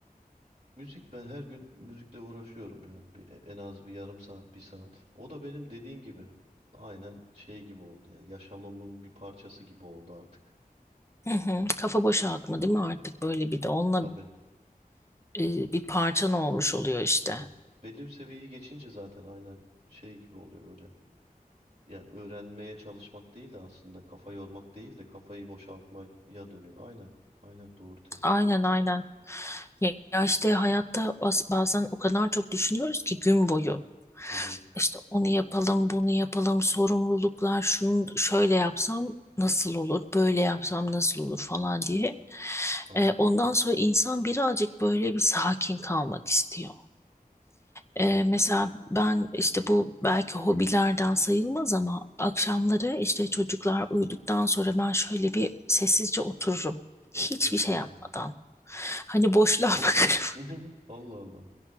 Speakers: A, on the right (about 45°); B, on the left (about 15°).
A: Müzik ben her gün müzikle uğraşıyorum yani bir, e, en az bir yarım saat bir saat. O da benim dediğin gibi aynen şey gibi oldu ya yaşamımın bir parçası gibi oldu artık.
B: Hı hı. Kafa boşaltma değil mi artık böyle bir de onunla
A: Tabii
B: e, bir parçan olmuş oluyor işte.
A: tabii belli bir seviyeyi geçince zaten aynen şey gibi oluyor böyle. Ya öğrenmeye çalışmak değil de aslında kafa yormak değil de kafayı boşaltmaya dönüyor. Aynen aynen doğru tespit.
B: Aynen aynen. Ya ya işte hayatta bas- bazen o kadar çok düşünüyoruz ki gün boyu.
A: Hı hı.
B: İşte onu yapalım, bunu yapalım, sorumluluklar, şunu şöyle yapsam nasıl olur, böyle yapsam nasıl olur falan diye.
A: Aynen
B: Ee, ondan sonra insan birazcık böyle bir sakin kalmak istiyor.
A: tabii.
B: Ee, mesela ben işte bu belki hobilerden sayılmaz ama akşamları işte çocuklar uyuduktan sonra ben şöyle bir sessizce otururum. Hiçbir
A: Hmm.
B: şey yapmadan. Hani boşluğa <laughs> bakarım.
A: <laughs> Allah Allah.